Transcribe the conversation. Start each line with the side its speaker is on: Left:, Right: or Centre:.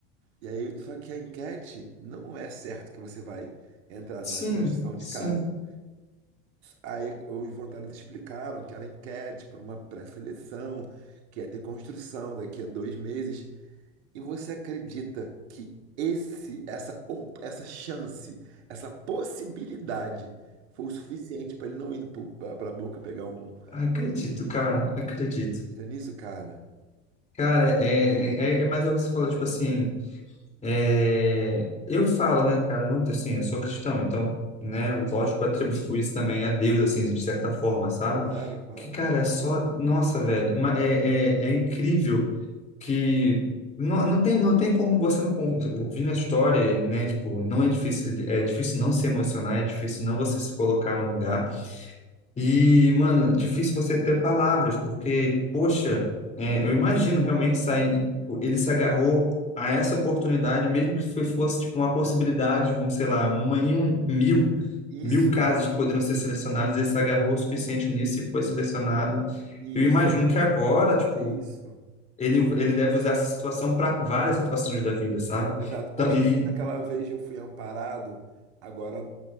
Right: E aí, só que a enquete não é certo que você vai entrar
Left: Sim,
Right: na construção de
Left: sim.
Right: casa. Aí os voluntários explicaram que era enquete para uma pré-seleção, que ia ter construção daqui a dois meses. E você acredita que esse, essa, op- essa chance, essa possibilidade foi o suficiente para ele não ir para a boca pegar um,
Left: Acredito,
Right: um...
Left: cara. Acredito.
Right: Você acredita nisso, cara?
Left: Cara, é, é, é é mais o que você falou, tipo assim. É, eu falo, né, cara, não, assim, eu sou cristão, então, né, lógico, <laughs> eu atribuo isso também a Deus, assim, de certa forma, sabe?
Right: Claro, claro.
Left: Que, cara, é só, nossa, velho, uma- é, é, é incrível que não, não tem, não tem como você não con- ouvindo a história, né, tipo, não é difícil, é difícil não se emocionar, é difícil
Right: Uhum.
Left: não você se colocar no lugar, e, mano, difícil você ter palavras, porque, poxa, é, eu imagino realmente sair. tipo, Ele se agarrou a essa oportunidade, mesmo que foi- fosse tipo uma possibilidade, vamos, sei lá, uma em um mil,
Right: Isso,
Left: mil casos que poderiam ser selecionados, ele se agarrou o suficiente nisso e foi selecionado.
Right: isso,
Left: Eu imagino que agora, tipo,
Right: é isso.
Left: ele, ele deve usar essa situação para várias situações da vida, sabe?
Right: Exato. Poxa,
Left: Então, e
Right: se naquela vez eu fui amparado, agora